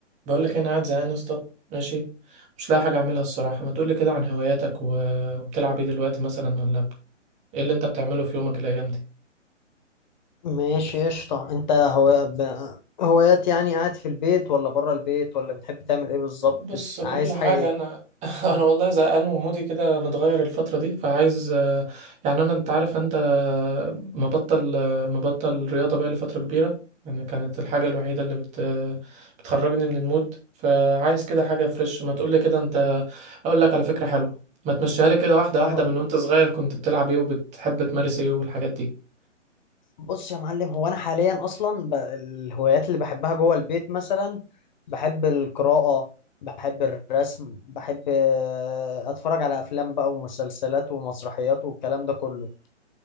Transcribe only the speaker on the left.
ماشي قشطة انت هو ب... هوايات يعني قاعد في البيت ولا بره البيت ولا بتحب تعمل ايه بالظبط
ف-
عايز
حاجة ايه
اه
بص يا معلم هو انا حاليا اصلا ب... الهوايات اللي بحبها جوه البيت مثلا بحب القراءة بحب الرسم بحب آه، اتفرج على افلام بقى ومسلسلات ومسرحيات والكلام ده كله